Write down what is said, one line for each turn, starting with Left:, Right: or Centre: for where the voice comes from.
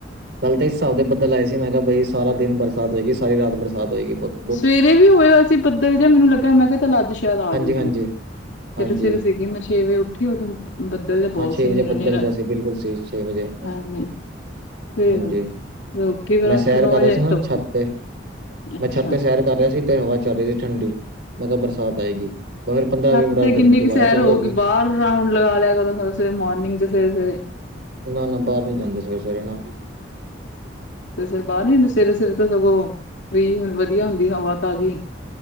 Right: ਕੱਲ ਤੇ ਇਸ ਹਿਸਾਬ ਦੇ ਬੱਦਲ ਆਏ ਸੀ ਮੈਂ ਕਿਹਾ ਬਈ ਸਾਰਾ ਦਿਨ ਬਰਸਾਤ ਹੋਏਗੀ ਸਾਰੀ ਰਾਤ ਬਰਸਾਤ ਹੋਏਗੀ ਬੋਤ
Left: ਸਵੇਰੇ ਵੀ ਹੋਇਆ ਹੋਆ ਸੀ ਬੱਦਲ ਜਿਹਾ ਮੈਨੂੰ ਲੱਗਾ ਮੈਂ ਕਿਹਾ ਚੱਲ ਅੱਜ ਸ਼ਾਇਦ ਆਜੂਗੀ।
Right: ਹਾਂਜੀ ਹਾਂਜੀ
Left: ਤੇ
Right: ਹਾਂਜੀ,
Left: ਸਵੇਰੇ ਸਵੇਰੇ ਸੀਗੀ ਮੈਂ ਛੇ ਵਜੇ ਉੱਠੀ ਉਦੋ ਬੱਦਲ ਦਾ ਬੋਤ
Right: ਹਾਂ ਛੇ
Left: ਸੀ
Right: ਵਜੇ
Left: ਨੇਰਾ
Right: ਬੱਦਲ
Left: ਨੇਰਾ।
Right: ਜਾ ਸੀ ਬਿਲਕੁਲ ਸੀ ਛੇ ਵਜੇ,
Left: ਹਾਂਜੀ। ਫੇਰ
Right: ਹਾਂਜੀ,
Left: ਉੱਠੀ ਫੇਰ
Right: ਮੈਂ
Left: ਅੱਠ
Right: ਸੈਰ
Left: ਨੌ
Right: ਕਰ
Left: ਵਜੇ
Right: ਰਿਹਾ ਸੀ ਨਾ
Left: ਧੁੱਪ
Right: ਛੱਤ ਤੇ।
Left: ਅੱਛਾ
Right: ਮੈਂ ਛੱਤ ਤੇ ਸੈਰ ਕਰ ਰਿਹਾ ਸੀ ਤੇ ਹਵਾ ਚੱਲ ਰਹੀ ਸੀ ਠੰਡੀ, ਮੈਂ ਕਿਹਾ ਬਰਸਾਤ ਆਏਗੀ। ਪੰਦਰਾਂ
Left: ਛੱਤ
Right: ਵੀਹ ਮਿੰਟ ਬਾਅਦ
Left: ਤੇ
Right: ਗਰਮੀ
Left: ਕਿੰਨੀ
Right: ਦੁਬਾਰਾ
Left: ਕੁ ਸੈਰ
Right: ਚੱਲ
Left: ਹੋਊਗੀ
Right: ਹੋ ਗਈ।
Left: ਬਾਰ ਰਾਊਂਡ ਲਗਾ ਲਿਆ ਕਰੋ ਸਵਸੇ ਮੋਰਨਿੰਗ ਚ ਸਵੇਰੇ-ਸਵੇਰੇ।
Right: ਨਾ ਨਾ ਬਾਰ ਨੀ ਜਾਂਦੇ ਸਵੇਰੇ ਸਵੇਰੇ ਨਾ
Left: ਤੇ ਸਵੇਰੇ ਸਵੇਰੇ ਬਾਰ ਨੀ ਹੁੰਦੇ ਸਵੇਰੇ ਸਵੇਰੇ ਤਾਂ ਸਗੋਂ, ਫਰੀ ਵਧੀਆ ਹੁੰਦੀ ਹਵਾ ਤਾਜ਼ੀ।